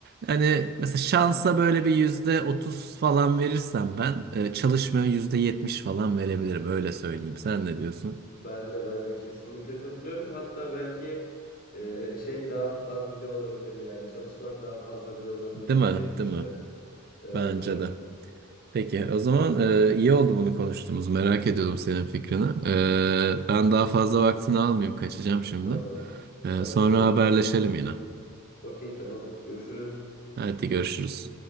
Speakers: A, on the right (about 45°); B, on the left (about 40°).
A: Hani mesela şansa böyle bir yüzde otuz falan verirsem ben e, çalışmaya yüzde yetmiş falan verebilirim. Öyle söyleyeyim. Sen ne diyorsun?
B: Ben de ben de kesinlikle katılıyorum. Hatta belki e, şey daha az bile olabilir yani çalışmak daha fazla bile olabilir
A: Değil
B: %70'ten.
A: mi? Değil mi?
B: Evet
A: Bence
B: evet
A: de. Peki o zaman e, iyi oldu bunu konuştuğumuz. Merak ediyordum senin fikrini. E, ben daha fazla vaktini almayayım. Kaçacağım şimdi.
B: tamam.
A: E,
B: Tamam
A: sonra
B: o zaman.
A: haberleşelim yine.
B: Okey tamam. Görüşürüz.
A: Hadi görüşürüz.